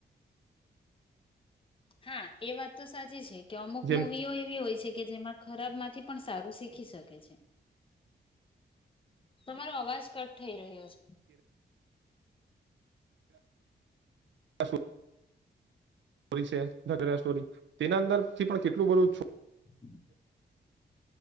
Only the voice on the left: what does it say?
હા એ વાત તો સાચી છે કે અમુક
મુવીઓ એવી હોય છે કે જેમાં ખરાબ થી પણ સારું શીખી શકે છે તમારો અવાજ કટ થઈ રહ્યો છે
હ